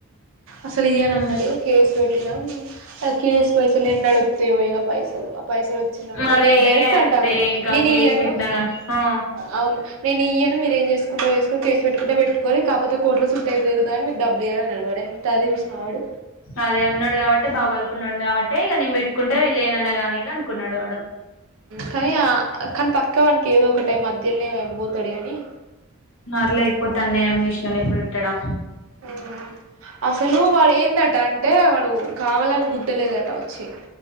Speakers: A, on the right; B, on the left.
A: అసలు ఇయ్యనన్నడు
B: ఉమ్
A: కేసు బెట్టినం, ఆ కేసు పైసలు ఎన్నడొత్తయో! ఇగ పైసలు అవ పైసలు ఒచ్చిన వాడు
B: మన
A: వాడు
B: ఏ
A: డైరెక్ట్
B: ఆడితే
A: అంటాండు,
B: ఇంకా
A: నేనియ్యను
B: కేసు పెట్టినా గాని ఆ
A: అవును. నేను ఇయ్యను, మీరు ఏం జేసుకుంటరో జేసుకొని, కేసు బెట్టుకుంటే బెట్టుకోరి, కాపోతే కోర్టులో సుట్టు అయిపోయిన్రు గదా? నేను డబ్బులియ్యనని, అన్నడు వాడు ఎన్ తాగి జూసినవాడు
B: అదే ఉన్నడు గాబట్టేె, బాగ బలుపు ఉన్నోడు గాబట్టే, ఇగ నేను బెట్టుకుంట ఈళ్ళు ఏనన్నా గానీ అనుకున్నడు వాడు.
A: కనీ, ఆ కనీ పక్క ఆనికి ఏదో ఒక టై, మధ్యల్నే అయి బోతడు గనీ
B: మరి లేకపోతే, అన్యాయం చేసినోడు ఎప్పుడుంటడా?
A: అవునా? అసలూ వాడు ఏందట అంటే, వాడూ కావాలని గుద్దలేదట అచ్చి